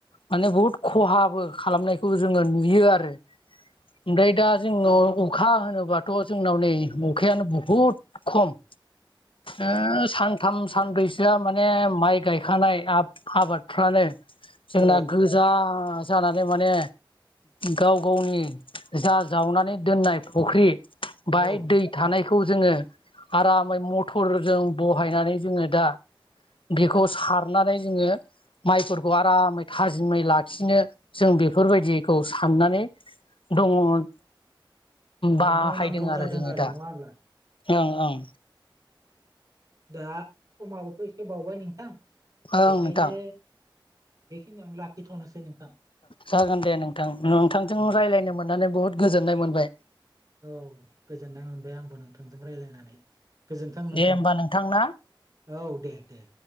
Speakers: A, on the left; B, on the right.
A: माने बुहुद खहाबो खालामनायखौ जोङो नुयो आरो ओमफ्राय दा जोंनाव अखा होनोबाथ' जोंनाव नै अखायानो बुहुद खम। ओ सानथाम। सानब्रैसोआ माने माइ गायखानाय आब आबादफ्रानो जोंना
B: औ
A: गोजा जानानै माने गाव गावनि जा जावनानै दोननाय फुख्रि बाहाय
B: औ
A: दै थानाय। खौ जोङो आरामै मथरजों बहायनानै जोङो दा बेखौ सारनानै जोङो माइफोरखौ आरामै थाजिमै लाखिनो जों बेफोरबायदिखौ साननानै दङ मोन बाहायदों
B: मावनांगौ
A: आरो
B: जादों
A: जोङो दा
B: नङा होमब्ला?
A: ओं ओं।
B: दा समाबोथ' इसे बावबाय नोंथां।
A: ओं
B: बेखायनो
A: नोंथां
B: बेखिनियाव लाखिथ'नोसै नों
A: जागोन दे नोंथां नोंथांजों
B: औ
A: रायलायनो मोननानै बुहुद गोजोननाय मोनबाय।
B: औ गोजोननाय मोनबाय आंबो नोंथांजों रायलायनानै गोजोनथों नोंथां
A: दे होमबा नोंथां ना
B: औ दे दे।